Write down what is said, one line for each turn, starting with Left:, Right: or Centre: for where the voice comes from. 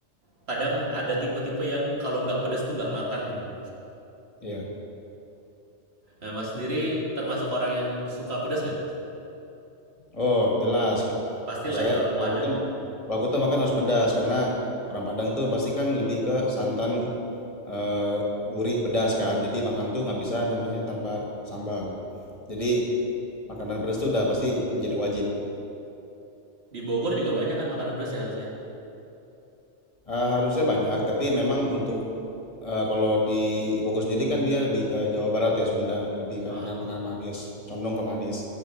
Right: kadang ada tipe-tipe yang kalau nggak pedes tuh nggak makan gitu
Left: iya.
Right: nah mas sendiri termasuk orang yang suka pedes nggak
Left: Oh, jelas. Ki-
Right: pastilah
Left: Kalau saya
Right: ya orang
Left: kalau
Right: Padang
Left: aku tuh
Right: ya
Left: kalau aku tuh makan harus pedas karena orang Padang tuh pasti kan lebih ke santan eee, gurih, pedas kan. Jadi makan tuh nggak bisa namanya tanpa sambal. Jadi makanan pedas tuh udah pasti menjadi wajib.
Right: di Bogor juga banyak kan makanan pedes ya harusnya
Left: Eee, harusnya banyak, tapi memang untuk, eee, kalau di ibuku sendiri kan dia lebih ke Jawa Barat ya, Sunda, lebih ke
Right: Heeh.
Left: makanan-makanan manis, condong ke manis.